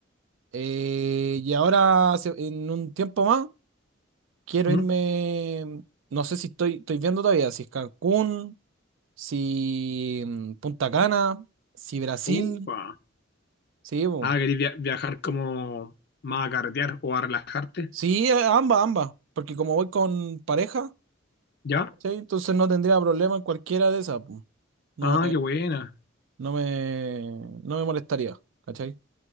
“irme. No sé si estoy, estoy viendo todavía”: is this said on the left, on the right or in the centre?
Right